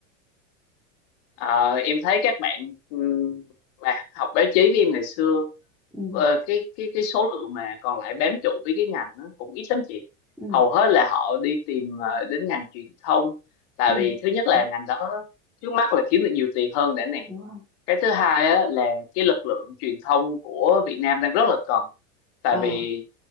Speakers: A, on the left (about 55°); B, in the centre.
A: Ờ, em thấy các bạn ừm, mà học báo chí với em ngày xưa
B: ừ
A: ờ, cái cái cái số lượng mà còn lại bám trụ với cái ngành nó cũng ít lắm chị
B: ừ
A: hầu hết là họ đi tìm ờ, đến ngành truyền thông tại
B: ừ
A: vì thứ nhất là
B: đấy
A: ngành đó trước mắt là kiếm được nhiều tiền hơn đã nè
B: đúng không
A: cái thứ hai á, là cái lực lượng truyền thông của Việt Nam đang rất là cần tại
B: ờ
A: vì